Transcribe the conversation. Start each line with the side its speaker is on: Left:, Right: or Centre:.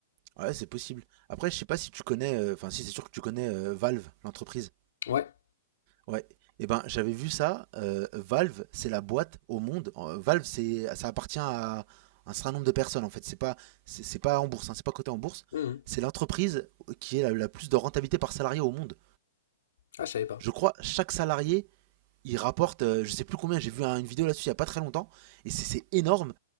Right: Ouais, c'est possible. Après, je sais pas si tu connais, euh, enfin si c'est sûr que tu connais euh, Valve, l'entreprise.
Left: Ouais.
Right: Ouais. Eh ben, j'avais vu ça. euh, Valve, c'est la boîte au monde. Euh, Valve, c'est, ça appartient à un certain nombre de personnes en fait. C'est pas, c'est, c'est pas en bourse, hein, c'est pas coté en bourse.
Left: Mhm.
Right: C'est l'entreprise qui est la, la plus de rentabilité par salarié au monde.
Left: Ah, je savais pas.
Right: je crois, chaque salarié, il rapporte, euh, je sais plus combien, j'ai vu un- une vidéo là-dessus il n'y a pas très longtemps, et c'est c'est énorme.